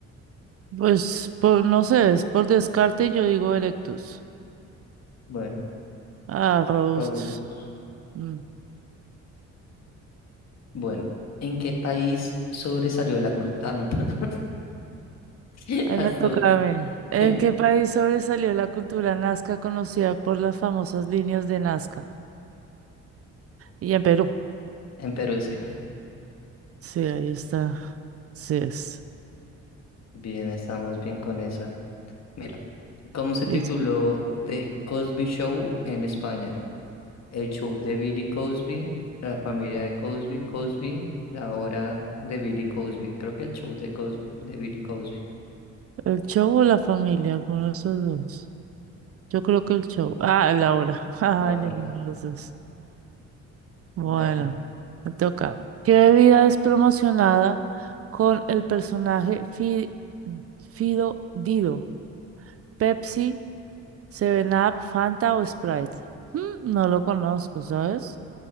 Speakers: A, on the right; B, on the left.
A: Pues, por, no sé, es por descarte yo digo erectus.
B: Bueno,
A: Ah, robustus.
B: robustus.
A: Mm,
B: Bueno, ¿en qué país sobresalió la cultura? Ah, no, <laughs> perdón. <laughs>
A: Ahí
B: Pasó.
A: me toca a mí. ¿En
B: <laughs>
A: qué país sobresalió la cultura nazca conocida por las famosas líneas de Nazca? Y en Perú.
B: En Perú, sí.
A: Sí, ahí está. Sí es.
B: Bien, estamos bien con esa. Mira, ¿cómo se
A: Listo.
B: tituló The Cosby Show en España? El show de Billy Cosby, la familia de Cosby, Cosby, la hora de Billy Cosby. Creo que el show de Cosby, de Billy Cosby.
A: ¿El show o la familia? Alguno de esos dos. Yo creo que el show. Ah, la hora. <laughs> Ay,
B: La hora.
A: ninguno de los dos. Bueno,
B: Dale.
A: me toca. ¿Qué bebida es promocionada con el personaje Fi- Fido Dido? ¿Pepsi, Seven Up, Fanta o Sprite? Mm, no lo conozco, ¿sabes?